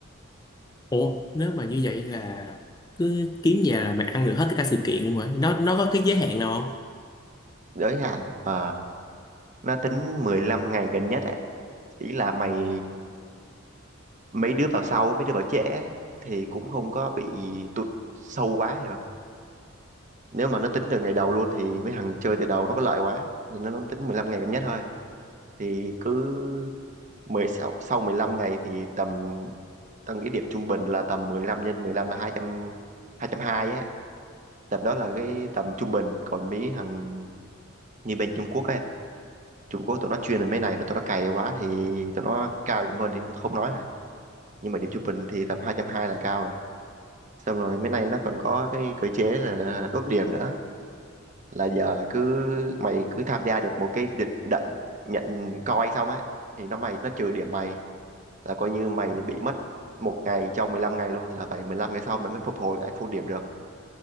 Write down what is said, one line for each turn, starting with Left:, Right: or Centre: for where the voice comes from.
Left: ủa nếu mà như vậy là cứ kiếm nhà là mày ăn được hết tất cả sự kiện luôn rồi nó nó có cái giới hạn nào không
Right: giới hạn ờ, nó tính 15 ngày gần nhất á ý là mày mấy đứa vào sau mấy đứa vào trễ á, thì cũng không có bị tụt sâu quá hiểu không? nếu mà nó tính từ ngày đầu luôn thì mấy thằng chơi từ đầu nó có lợi quá thì nó, nó tính 15 ngày gần nhất thôi thì cứ 16 sau 15 ngày thì tầm tao nghĩ điểm trung bình là tầm 15 nhân 15 là 200 220 á tầm đó là cái tầm trung bình còn mấy thằng như bên Trung Quốc ấy Trung Quốc tụi nó chuyên về mấy này nó tụi nó cày quá thì tụi nó cao điểm hơn thì không không nói rồi nhưng mà điểm trung bình thì tầm hai trăm hai là cao rồi xong rồi mấy này nó còn có cái cơ chế là đốt điểm nữa là giờ cứ mày cứ tham gia được một cái địch đận nhận coi xong á thì nó mày nó trừ điểm mày là coi như mày bị mất một ngày trong 15 ngày luôn là phải 15 ngày sau mày mới phục hồi lại full điểm được